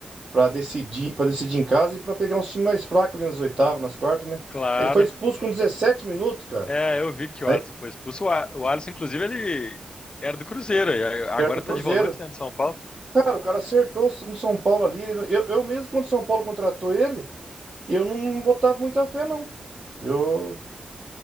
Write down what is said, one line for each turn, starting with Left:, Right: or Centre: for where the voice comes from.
Right: pra decidir, para decidir em casa e pra pegar uns times mais fracos ali nas oitavas, nas quartas, né?
Left: Claro.
Right: Aí ele foi expulso com 17 minutos, cara.
Left: É, eu vi que o
Right: Aí,
Left: Alisson foi expulso. O A- o Alisson, inclusive, ele era do Cruzeiro, e agora
Right: Perto do
Left: tá
Right: Cruzeiro.
Left: de volante, né, do São Paulo.
Right: Cara, o cara acertou no São Paulo ali. Eu, eu mesmo, quando o São Paulo contratou ele, eu não botava muita fé, não. Eu,